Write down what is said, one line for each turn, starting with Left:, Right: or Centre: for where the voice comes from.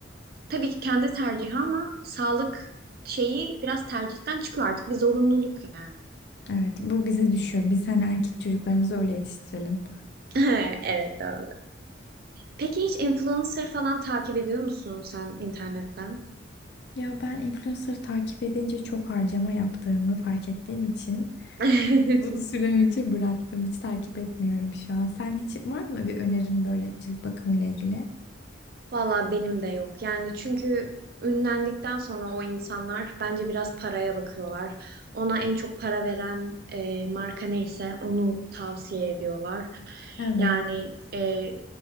Right: tabii ki kendi tercihi ama sağlık şeyi biraz tercihten çıkıyor artık bir zorunluluk yani.
Left: Evet bu bize düşüyor. Biz hani erkek çocuklarımızı öyle yetiştirelim.
Right: <laughs> Evet doğru. Peki hiç influencer falan takip ediyor musun sen internetten?
Left: Ya ben influencer takip edince çok harcama yaptığımı fark ettiğim için
Right: <laughs>
Left: süre önce bıraktım. Hiç takip etmiyorum şu an. Sen hiç var mı bir önerin böyle cilt bakımı ile ilgili?
Right: Valla benim de yok. Yani çünkü ünlendikten sonra o insanlar bence biraz paraya bakıyorlar. Ona en çok para veren e, marka neyse onu tavsiye ediyorlar.
Left: Evet,
Right: Yani e,